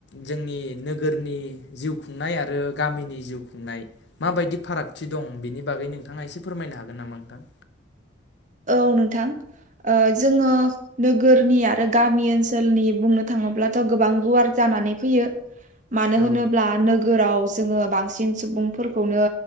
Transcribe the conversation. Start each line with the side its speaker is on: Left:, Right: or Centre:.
Left: जोंनि नोगोरनि जिउ खुंनाय आरो गामिनि जिउ खुंनाय माबायदि फारागथि दं बिनि बागै नोंथाङा एसे फोरमायनो हागोन नामा नोंथां?
Right: औ नोंथां। ओ जोङो नोगोरनि आरो गामि ओनसोलनि बुंनो थाङोब्लाथ' गोबां गुवार जानानै फैयो। मानो
Left: औ
Right: होनोब्ला नोगोराव जोङो बांसिन सुबुंफोरखौनो